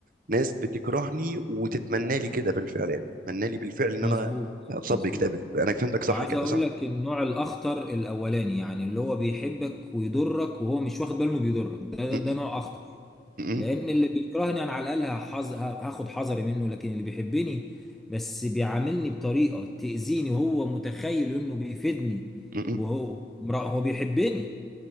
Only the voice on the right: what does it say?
ناس بتكرهني وتتمنى لي كده بالفعل يعني تتمنى لي بالفعل ان
انا اتصاب
باكتئاب كده انا فهمتك صح
كده
صح
كده.
م-
م-
م-
م-